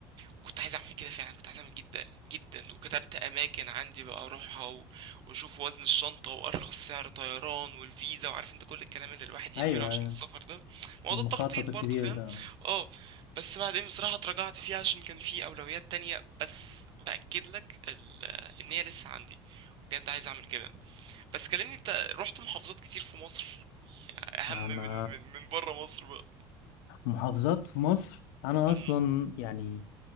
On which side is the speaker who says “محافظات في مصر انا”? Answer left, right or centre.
Left